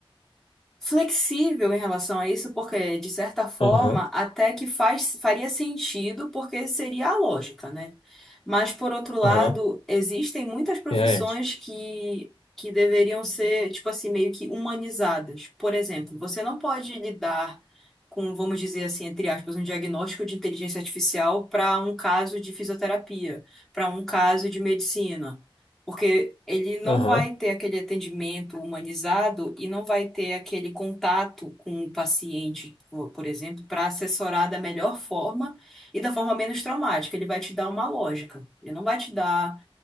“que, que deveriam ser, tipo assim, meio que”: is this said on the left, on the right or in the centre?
Centre